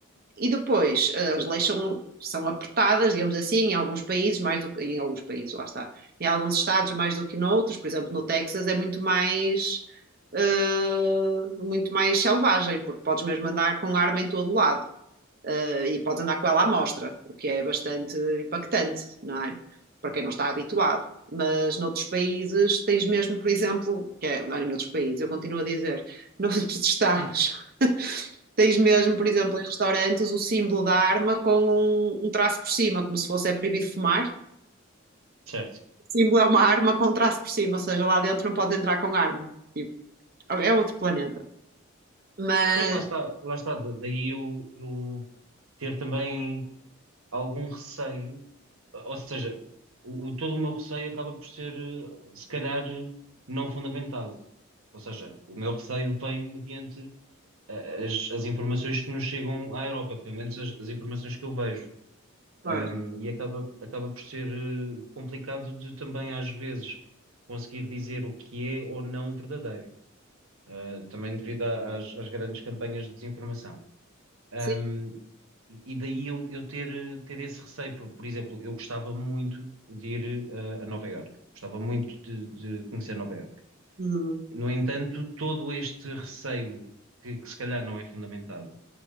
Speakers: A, on the right; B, on the right.
A: e depois, uh, as leis são, são apertadas, digamos assim, em alguns países, mais do que em alguns países, lá está, em alguns estados mais do que noutros, por exemplo, no Texas é muito mais. uh, muito mais selvagem, porque podes mesmo andar com arma em todo lado uh, e pode andar com ela à mostra, o que é bastante impactante, não é? Para quem não está habituado. Mas noutros países tens mesmo, por exemplo, que é, não, é noutros países, eu continuo a dizer, <laughs> noutros estados, tens mesmo, por exemplo, em restaurantes, o símbolo da arma com um, um traço por cima, como se fosse é proibido fumar.
B: Certo.
A: O símbolo é uma arma com um traço por cima, ou seja, lá dentro não pode entrar com arma. Tipo, é outro planeta. Mas,
B: Pois lá está, lá está, da- daí eu, eu ter também algum receio, ou seja, o, o- todo o meu receio acaba por ser, eh, se calhar, eh, não fundamentado. Ou seja, o meu receio vem mediante eh, as, as informações que nos chegam à Europa, pelo menos as, as informações que eu vejo.
A: pois,
B: Ahm, e acaba, acaba por ser, eh, complicado de também, às vezes, conseguir dizer o que é ou não verdadeiro. uh, também devido a- às, às grandes campanhas de desinformação. Um,
A: sim.
B: e e daí eu, eu ter, ter esse receio. Por, por exemplo, eu gostava muito de ir uh, a Nova Iorque, gostava muito de, de conhecer Nova Iorque.
A: Uhum.
B: No entanto, todo este receio, que, que se calhar não é fundamentado,